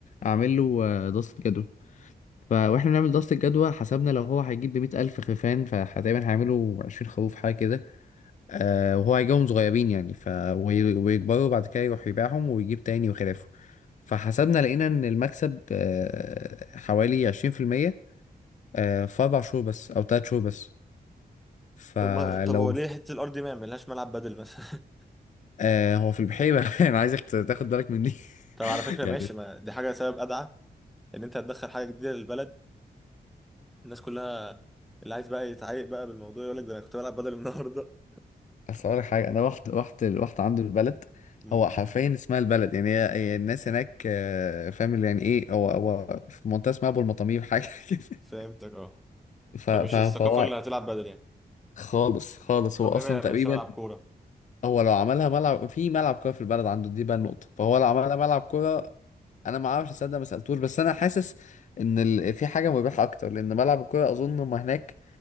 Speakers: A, on the left; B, in the centre.
A: اعمل له آه، دراسه جدوى فاحنا بنعمل دراسه الجدوى حسبنا لو هو هيجيب ب 100000 خرفان فتقريبا هيعملوا 20 خروف حاجه كده آه وهو هيجيبهم صغيرين يعني ف وي- ويكبروا وبعد كده يروح يبيعهم ويجيب تاني وخلافه فحسبنا لقينا ان المكسب آه حوالي عشرين في المية آه في أربع شهور بس أو تلات شهور بس فلو
B: طب ما طب هو ليه حته الارض دي ما يعملهاش ملعب بدل مثلا
A: آه هو في البحيرة <laughs> أنا عايزك تاخد بالك مني
B: <laughs> طب
A: <laughs>
B: على فكره ماشي
A: يعني
B: ما دي حاجه سبب ادعى ان انت هتدخل حاجه جديده للبلد الناس كلها اللي عايز بقى يتعايق بقى بالموضوع يقول لك ده انا كنت بلعب بدل النهارده
A: أصل أقول لك حاجة أنا رحت رحت رحت عنده البلد
B: <laughs> امم
A: هو حرفيا اسمها البلد يعني هي هي الناس هناك آه، فاهم اللي يعني ايه هو هو في منطقة اسمها أبو المطامير حاجة <laughs> كده
B: فهمتك اه
A: ف-
B: فمش
A: ف-
B: الثقافه
A: فهو
B: اللي هتلعب بدل يعني
A: خالص خالص
B: طب
A: هو اصلا
B: ليه ما يعملش
A: تقريبا
B: ملعب كوره
A: هو لو عملها ملعب في ملعب كوره في البلد عنده دي بقى النقطه فهو لو عملها ملعب كوره انا ما اعرفش اصدق ما سالتوش بس انا حاسس ان ال... في حاجه مربحه اكتر لان ملعب الكوره اظن هم هناك